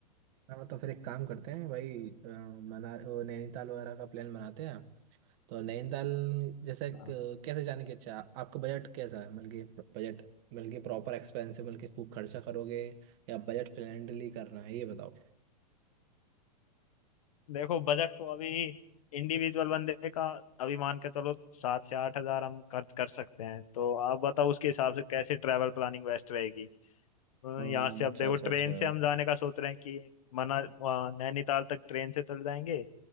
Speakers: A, on the right (about 45°); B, on the left (about 60°).
A: हाँ, तो फिर एक काम करते हैं भाई अ, मना वो नैनीताल वगैरह का प्लान बनाते हैं तो नैनीताल जैसे क-
B: हाँ
A: कैसे जाने की इच्छा है आपका बजट कैसा है मतलब कि बजट मतलब कि प्रॉपर एक्सपेंसिव मतलब कि खूब खर्चा करोगे या बजट फ्रेंडली करना है ये बताओ
B: देखो बजट तो अभी इंडिविजुअल बंदे का अभी मान के चलो सात से आठ हजार हम खर्च कर सकते हैं तो आप बताओ उसके हिसाब से कैसे ट्रैवल प्लानिंग बेस्ट रहेगी अ,
A: अम्म,
B: यहाँ से अब
A: अच्छा
B: देखो
A: अच्छा
B: ट्रेन
A: अच्छा
B: से हम जाने का सोच रहे हैं कि मना वहाँ नैनीताल तक ट्रेन से चल जाएंगे